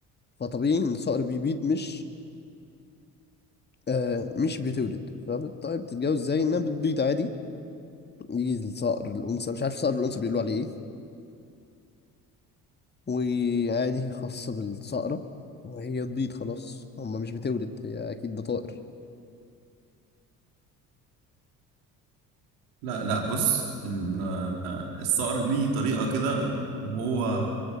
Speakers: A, on the left (about 20°); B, on the right (about 70°).
A: فطبيعي ان الصقر بيبيض مش آه مش بتولد فطيب بتتجوز ازاي انها بتبيض عادي يجي الصقر الانثى مش عارف صقر الانثى بيقولوا عليه ايه وعادي خاصة بالصقرة وهي تبيض خلاص هما مش بتولد هي اكيد ده طائر
B: لا لا بص ال- آه، الصقر ليه طريقة كده وهو